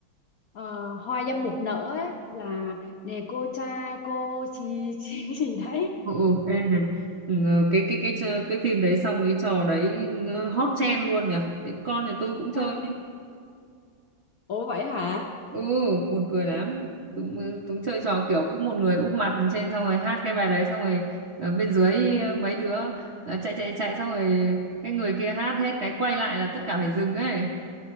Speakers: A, on the left (about 60°); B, on the right (about 55°).
A: ờ, hoa dâm bụt nở á, là nè cô cha cô chi <laughs> chi cái gì đấy
B: ừ, ừ, ê này ừ, cái cái cái trò- cái phim đấy xong cái trò đấy nó hot trend luôn nhở đến con nhà tôi cũng chơi
A: Ừ. ủa vậy hả
B: ừ buồn cười lắm cũng cũng chơi trò kiểu cứ một người úp mặt trên xong rồi hát cái bài đấy xong rồi ở bên dưới ờ, mấy đứa ờ, chạy chạy chạy xong rồi cái người kia hát hết cái quay lại là tất cả phải dừng ấy